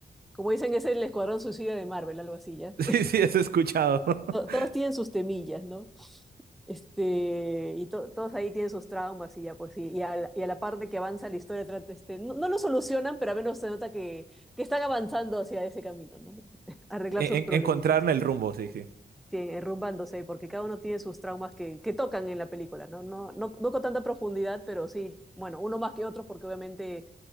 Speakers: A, in the centre; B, on the right.
A: Como dicen, es el Escuadrón Suicida de Marvel, algo así, ¿ya?
B: Sí, sí, eso he escuchado. <laughs>
A: To- todos tienen sus temillas, ¿no? Este, y to- todos ahí tienen sus traumas y ya, pues, y, y a la, y a la par de que avanza la historia, trata, este, no, no lo solucionan, pero al menos se nota que, que están avanzando hacia ese camino, ¿no? <laughs> Arreglar
B: En-
A: sus
B: en-
A: problemitas.
B: encontraron el rumbo, sí, sí.
A: sí, enrumbándose, porque cada uno tiene sus traumas que, que tocan en la película, ¿no? No, no, no con tanta profundidad, pero sí, bueno, uno más que otros, porque obviamente,